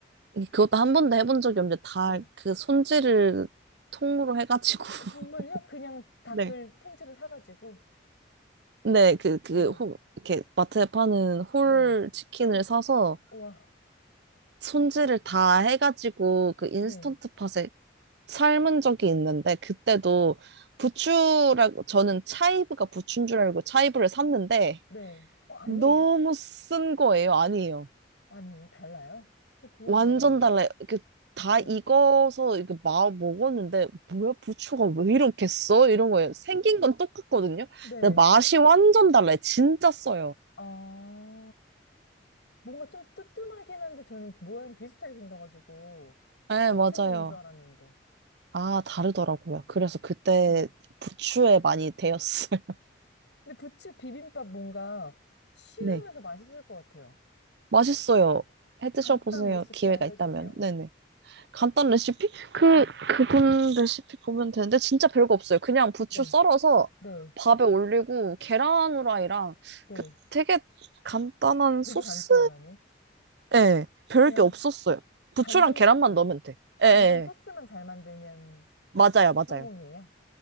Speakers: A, on the right; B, on the left.
A: 그것도 한 번도 해본 적이 없는데, 닭
B: 네.
A: 그 손질을 통으로 해가지고. <laughs>
B: 정말요? 그냥 닭을
A: 네.
B: 통째로 사가지고?
A: 네, 그, 그,
B: 네.
A: 호, 이렇게 마트에 파는 홀
B: 네.
A: 치킨을
B: 헐,
A: 사서
B: 와,
A: 손질을 다 해가지고 그 인스턴트
B: 네,
A: 팟에 삶은 적이 있는데 그때도 부추라고 저는 차이브가 부추인 줄 알고 차이브를 샀는데
B: 네. 어, 아니에요?
A: 너무 쓴 거예요. 아니에요.
B: 아니에요. 달라요? 저 그건
A: 완전
B: 줄 알았는데.
A: 달라요. 그 다
B: 네,
A: 익어서 이게 마 먹었는데 뭐야 부추가 왜 이렇게 써? 이런 거예요. 생긴 건 똑같거든요.
B: 네.
A: 근데 맛이 완전 달라요. 진짜 써요.
B: 아, 뭔가 좀 뜨뜸하긴 한데 저는 모양이 비슷하게 생겨가지고
A: 네,
B: 같은
A: 맞아요.
B: 류인 줄 알았는데.
A: 아, 다르더라고요. 그래서 그때
B: 네.
A: 부추에 많이 데였어요. <laughs>
B: 근데 부츠 비빔밥 뭔가 쉬우면서
A: 네.
B: 맛있을 것 같아요.
A: 맛있어요. 해 드셔보세요.
B: 간단 레시피
A: 기회가
B: 알려주세요.
A: 있다면. 네네. 간단 레시피? 그,
B: 네.
A: 그분 레시피 보면 되는데, 진짜 별거 없어요. 그냥 부추
B: 네,
A: 썰어서
B: 네,
A: 밥에 올리고, 계란 후라이랑,
B: 네.
A: 그 되게 간단한
B: 되게
A: 소스?
B: 간단하네.
A: 예, 별게
B: 그냥
A: 없었어요.
B: 간장,
A: 부추랑 계란만 넣으면 돼.
B: 간장
A: 예, 예,
B: 소스만
A: 예.
B: 잘 만들면
A: 맞아요, 맞아요.
B: 성공이에요?